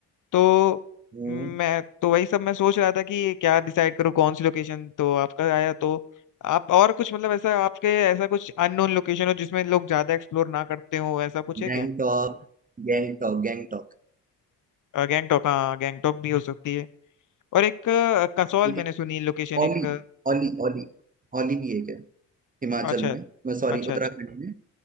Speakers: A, on the left; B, on the right.
A: तो
B: हम्म,
A: मैं तो वही सब मैं सोच रहा था कि क्या डिसाइड करूँ कौन सी लोकेशन तो आपका आया तो आप और कुछ मतलब ऐसा आपके ऐसा कुछ अननोन लोकेशन हो जिसमें लोग ज्यादा एक्सप्लोर ना करते हो ऐसा कुछ है
B: गैंगटॉक
A: क्या
B: गैंगटॉक गैंगटॉक
A: अ, गैंगटॉक हाँ गैंगटॉक भी हो सकती है और एक अ, कसौल
B: ठीक है
A: मैंने सुनी लोकेशन
B: ओली
A: एक अ,
B: ओली ओली ओली भी एक है हिमाचल
A: अच्छा
B: में
A: अच्छा
B: मैं सॉरी उत्तराखंड
A: अच्छा
B: में